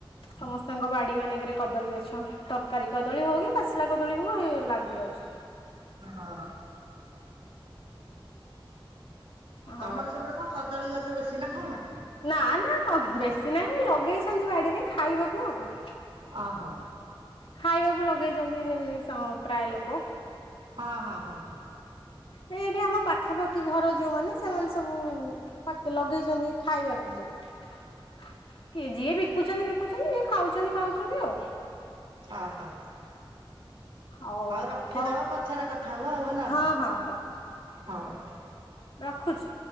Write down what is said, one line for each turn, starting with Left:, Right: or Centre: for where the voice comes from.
Left: ସମସ୍ତଙ୍କ ବାଡି ମାନେଙ୍କରେ କଦଳୀ ଗଛ। ତରକାରୀ କଦଳୀ ହଉ କି ପାଚିଲା କଦଳୀ ହୋଉ ଲାଗି ଯାଉଚି।
Right: ହଁ-
Left: ହଉ
Right: ତମର ସେପଟେ କଣ କଦଳୀ ଗଛ ବେଶୀ ନା କଣ।
Left: ନା ନା କ ବେଶୀ ନାହିଁ ଲଗେଇଚନ୍ତି ବାଡିରେ ଖାଇବାକୁ ଆଉ।
Right: ଓହୋ।
Left: ଖାଇବାକୁ ଲଗେଇଚନ୍ତି ଯେମିତି ପ୍ରାୟ ଲୋକ।
Right: ହଁ ହଁ ହଁ
Left: ସେ ଏଇଠି ଆମ ପାଖାପାଖି ଘର ଯୋଉମାନେ ସେମାନେ ସବୁ ଲଗେଇଛନ୍ତି। ଖାଇବାକୁ ସବୁ। କିଏ ଯିଏ ବିକୁଛନ୍ତି ବିକୁଛନ୍ତି ଯିଏ ଖାଉଛନ୍ତି ଖାଉଛନ୍ତି ଆଉ।
Right: ଓହୋ
Left: ହଉ
Right: ଆଉ ରଖିଦବା
Left: ହଉ
Right: ପଛରେ କଥା ଥା ହବା ଆଉ ହେଲା
Left: ହଁ ହଁ
Right: ହଉ।
Left: ରଖୁଛି‌।